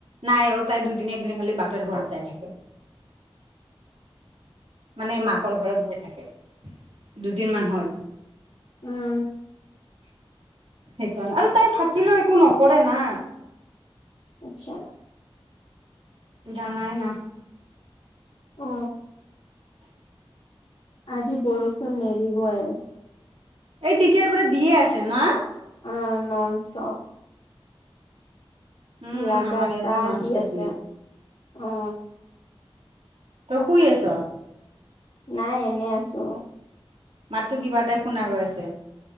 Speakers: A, on the right (about 80°); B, on the left (about 90°).
A: নাই অ তাই দুদিন একদিন খালি বাপেৰৰ ঘৰত যায় থাকে। মানে মাকৰ ঘৰত গৈ থাকে, দুদিন মান হল।
B: উম।
A: সেইকাৰণে আৰু তাই থাকিলেও একো নকৰে না।
B: আচ্ছা।
A: জানাই না।
B: অ। আজি বৰষুণ নেৰিবয়ে।
A: এ তেতিয়াৰ পৰা দিয়ে আছে না।
B: অ নন ষ্টপ।
A: উম
B: লাগাতাৰ
A: আমাৰ ইয়াতো নন
B: দি
A: ষ্টপ
B: আছে, অ।
A: তই শুই আছ।
B: নাই এনে আছো।
A: মাতটো কিবা এটা শুনা গৈ আছে।